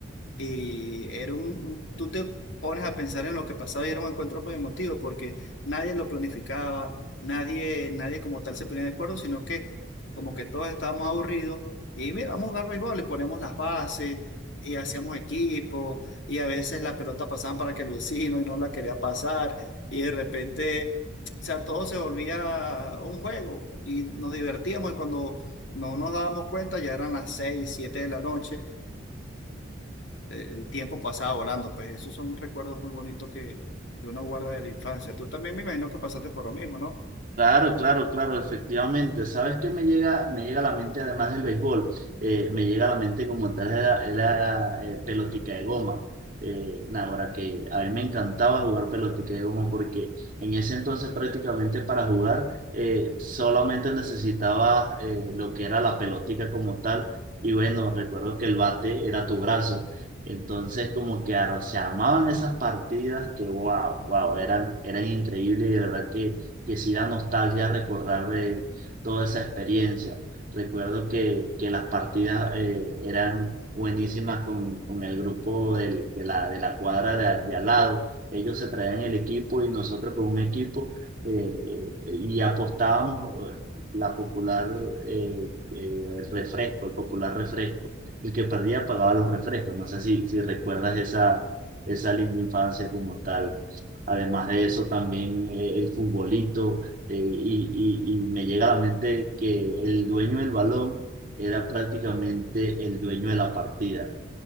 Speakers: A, on the left; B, on the right.
A: y era un, un- tú te pones a pensar en lo que pasaba y era un encuentro muy emotivo porque nadie lo planificaba, nadie, nadie como tal se ponía de acuerdo, sino que como que todos estábamos aburridos y mira, vamos a jugar béisbol y poníamos las bases y hacíamos equipo y a veces la pelota pasaba para que el vecino y no la quería pasar y de repente, o sea, todo se volvía un juego y nos divertíamos y cuando no nos dábamos cuenta ya eran las seis, siete de la noche eh, el tiempo pasaba volando, pues esos son recuerdos muy bonitos que, que uno guarda de la infancia. Tú también me imagino que pasaste por lo mismo, ¿no?
B: Claro, claro, claro, efectivamente. ¿Sabes qué me llega, me llega a la mente, además del béisbol? Eh, me llega a la mente como tal la, la, eh, pelotica de goma. Eh, nada, ahora que a mí me encantaba jugar pelotica de goma porque en ese entonces prácticamente para jugar eh, solamente necesitaba eh, lo que era la pelotica como tal. Y bueno, recuerdo que el bate era tu brazo. Entonces como que ar- se armaban esas partidas que wow, wow, eran, eran increíbles y de verdad que que sí da nostalgia recordar de toda esa experiencia. Recuerdo que, que las partidas eh, eran buenísimas con, con el grupo del- de la, de la cuadra de, de al lado. Ellos se traían el equipo y nosotros con un equipo eh, eh, y apostábamos eh, la popular, eh, eh, el refresco, el popular refresco. El que perdía pagaba los refrescos. No sé si, si recuerdas esa, esa linda infancia como tal. Además de eso, también eh, el futbolito, eh, y, y- y me llega a la mente que el dueño del balón era prácticamente el dueño de la partida.